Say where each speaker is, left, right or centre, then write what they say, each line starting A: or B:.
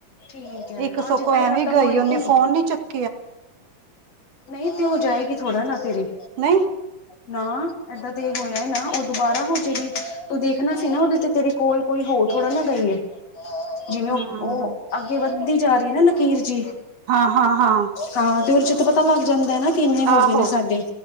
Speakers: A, on the left; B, on the right.
A: ਠੀਕ ਹੈ
B: ਇੱਕ
A: ਅੱਜ
B: ਸਗੋਂ
A: ਏਦਾਂ
B: ਐਵੇ
A: ਹੀ ਖਤਮ
B: ਗਈ
A: ਹੋਏਗੀ
B: ਉਹਨੇ ਫੋਨ ਨੀ ਚੱਕ
A: ਨਹੀਂ ਤੇ ਹੋ ਜਾਏਗੀ ਥੋੜਾ ਨਾ ਤੇਰੀ
B: ਨਹੀਂ
A: ਨਾ ਏਦਾਂ ਤੇ ਇਹ ਹੋਇਆ ਨਾ ਉਹ ਦੁਬਾਰਾ ਹੋ ਜਾਏਗੀ, ਤੂੰ ਦੇਖਣਾ ਸੀ ਨਾ ਉਹਦੇ ਚ ਤੇਰੀ ਕੋਲ ਕੋਈ ਹੋਰ ਥੋੜਾ ਨਾ ਗਈ ਏ।
B: <inaudible>
A: ਜਿਵੇਂ
B: ਹੂੰ
A: ਉਹ ਉਹ ਅੱਗੇ ਵੱਧਦੀ ਜਾ ਰਹੀ ਆ ਨਾ ਲਕੀਰ ਜੀ।
B: ਹਾਂ ਹਾਂ ਹਾਂ।
A: ਹਾਂ ਤੇ ਉਹਦੇ ਚ ਤਾਂ ਪਤਾ ਲੱਗ ਜਾਂਦਾ ਨਾ ਇੰਨੇ ਹੋ
B: ਆਹੋ
A: ਗਏ ਨੇ ਸਾਡੇ